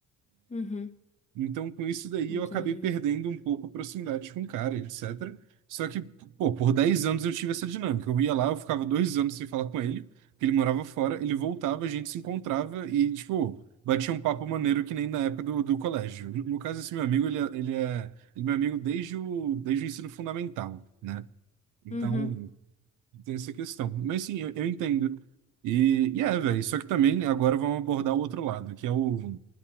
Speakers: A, on the left; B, on the right.
A: Uhum,
B: Então, com isso daí,
A: entendi.
B: eu acabei perdendo um pouco a proximidade com o cara, etc. Só que, pô, por 10 anos eu tive essa dinâmica. Eu ia lá, eu ficava dois anos sem falar com ele, porque ele morava fora, ele voltava, a gente se encontrava e, tipo, batia um papo maneiro que nem na época do, do colégio. No, no caso, esse meu amigo, ele é, ele é, ele é meu amigo desde o, desde o ensino fundamental, né? Então,
A: Uhum,
B: tem essa questão. Mas sim, eu, eu entendo. E, e é, velho, só que também agora vamos abordar o outro lado, que é o